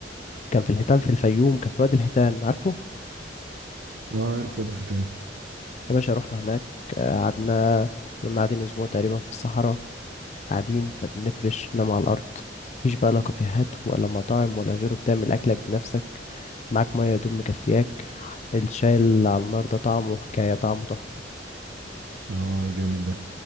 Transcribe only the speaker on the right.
اه عارف وادي حيتان
اه جامد ده